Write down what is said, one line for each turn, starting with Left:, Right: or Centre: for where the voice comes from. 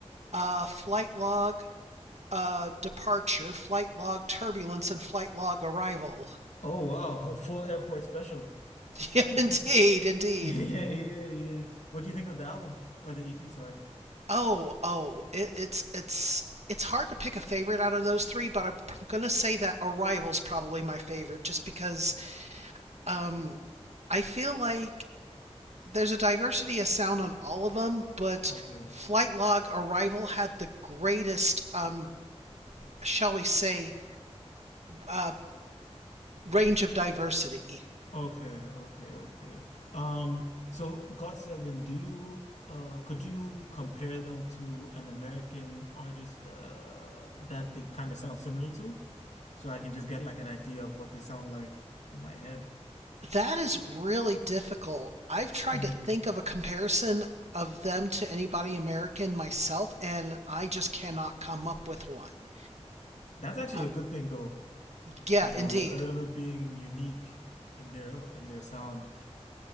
Right: uh, Flight Log uh, Departure, Flight Log Turbulence, and Flight Log Arrival.
Left: Oh wow, a full airport special.
Right: <laughs>
Left: <laughs>
Right: indeed, indeed.
Left: Yeah, yeah, yeah. What do you think of the album or the EP? Sorry.
Right: Oh, oh, it, it's, it's, it's hard to pick a favorite out of those three, but I'm gonna say that Arrival's probably my favorite, just because um, I feel like there's a diversity of sound on all of them, but
Left: Okay.
Right: Flight Log Arrival had the greatest, um, shall we say, uh, range of diversity.
Left: Okay, okay, okay. Um, so God Seven, do you uh could you compare them to an American artist uh that they kind of sound similar to? So I can just get like an idea of what they sound like in my head.
Right: That is really difficult. I've tried
Left: Mm.
Right: to think of a comparison of them to anybody American myself, and I just cannot come up with one.
Left: That's actually
Right: Uh,
Left: a good thing though.
Right: yeah,
Left: You know,
Right: indeed.
Left: a little bit being unique in their in their sound.